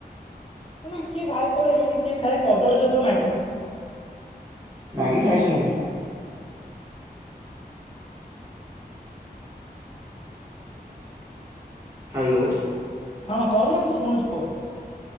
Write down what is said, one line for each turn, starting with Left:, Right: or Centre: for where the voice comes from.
Left: ମାନେ କିଏ ଖାଏ କହିଲ ଏମିତି କିଏ ଖାଏ କଦଳୀ ସହିତ ମାଗି?
Right: ମ୍ୟାଗି ଖାଇଥିଲଣି? ହାଲୋ।
Left: ହଁ କହୁନ, ମୁଁ ଶୁଣୁଛି କୁହ।